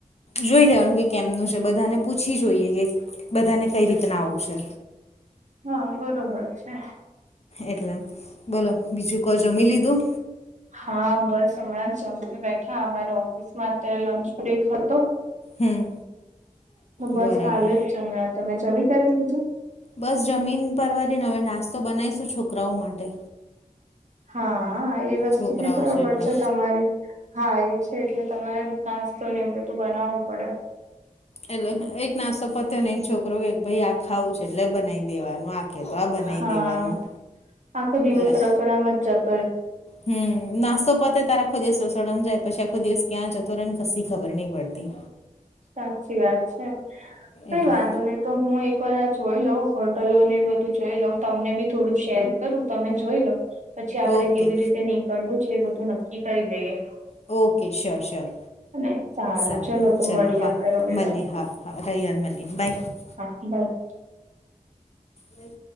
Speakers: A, on the left; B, on the right.
A: જોઈ લેવાનું કે કેમનું છે, બધાને પૂછી જોઈએ બધાને કઈ રીતના આવું છે.
B: હા બરોબર છે.
A: એટલે બોલો બીજું કો જમી લીધું
B: હા બસ હમણાં જમી ને બેઠા અમારી ઓફિસ માં અત્યારે લંચ બ્રેક હતો.
A: હમ
B: બસ
A: બરાબર
B: હાલ જ જમ્યા તમે જમી કરી દીધું?
A: બસ જમીન પરવારીને હવે નાસ્તો બનાવીશું છોકરાઓ માટે
B: હા એ વસ્તુ
A: છોકરાઓ
B: બી બરોબર
A: એટલે
B: છે, તમારી હા એ છે, એટલે તમારે નાસ્તો ને એવુ બધું બનાવવું પડે
A: એટલે એક નાસ્તો પત્યો ને એ છોકરો કે ભાઈ આ ખાવું છે, એટલે બનાવી દેવાનું આ કે ત આ બનાય
B: હા
A: દેવાનું
B: આખો દિવસ
A: એટલે
B: રસોડામાં જ જતો રે
A: હમ નાસ્તો પતો ત્યારે આખો દિવસ રસડ જાય પછી આખો દિવસ ક્યાં જતો રહેને ખસી ખબર નહીં પડતી.
B: સાચી વાત છે કઈ
A: એટલે
B: વાંધો નહી. તો હું એક વાર આ જોઈ લઉં હોટલો ને બધું જોઈ લઉં તમને બી થોડું શેર કરું તમે જોઈ લો પછી આપડે
A: ઓકે
B: કેવી રીતે નીકળવું છે, એ બધું નક્કી કરી લઈએ
A: ઓકે શ્યોર શ્યોર
B: અને
A: સારું
B: તો
A: ચલો
B: મળીએ
A: હા
B: આપડે રવિવારે
A: મલીએ હા હા રયવાર મલીએ બાય
B: <inaudible>
A: લ